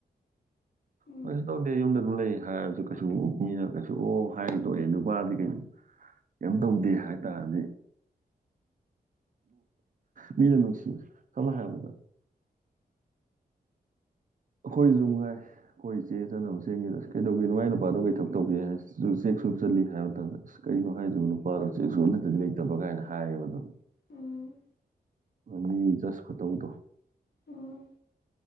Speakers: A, on the left (about 75°); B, on the right (about 55°).
A: <inaudible>
B: ꯀꯩꯁꯨ ꯇꯧꯗꯦ ꯌꯨꯝꯗ ꯑꯗꯨꯝ ꯂꯩ ꯍꯥꯏꯔꯁꯨ ꯀꯩꯁꯨ ꯃꯤꯅ ꯀꯩꯁꯨ ꯑꯣ ꯍꯥꯏ ꯇꯣꯛꯑꯦ ꯅꯨꯄꯥꯗꯤ ꯀꯩ ꯀꯩꯝ ꯇꯧꯗꯦ ꯍꯥꯏꯇꯥꯔꯗꯤ ꯃꯤꯅ ꯅꯨꯡꯁꯤ ꯁꯝꯅ ꯍꯥꯏꯔꯕꯗ ꯑꯈꯣꯏꯗꯁꯨ ꯃꯉꯥꯏ ꯑꯈꯣꯏ ꯆꯦ ꯏꯆꯟꯅꯕꯨ ꯆꯦꯡꯒꯤꯕꯗ ꯀꯩꯗꯧꯒꯦ ꯃꯥꯏ ꯅꯨꯄꯥꯗꯣ ꯀꯩ ꯊꯕꯛ ꯇꯧꯒꯦ ꯗꯨꯒ ꯆꯦꯛ ꯁꯨꯕ ꯆꯠꯂꯤ ꯍꯥꯏꯕ ꯃꯇꯝꯗ ꯑꯁ ꯀꯩꯒꯤꯅꯣ ꯍꯥꯏꯁꯤꯕꯣ ꯅꯨꯄꯥꯗꯣ ꯆꯦꯛꯁꯨꯕ ꯅꯠꯇꯗꯤ ꯂꯩꯇꯕ ꯀꯥꯏꯅ ꯍꯥꯏꯌꯦꯕ ꯑꯗꯨꯝ
A: ꯎꯝ
B: ꯃꯤ ꯖꯥꯁ ꯈꯨꯇꯧꯗꯣ
A: ꯎꯝ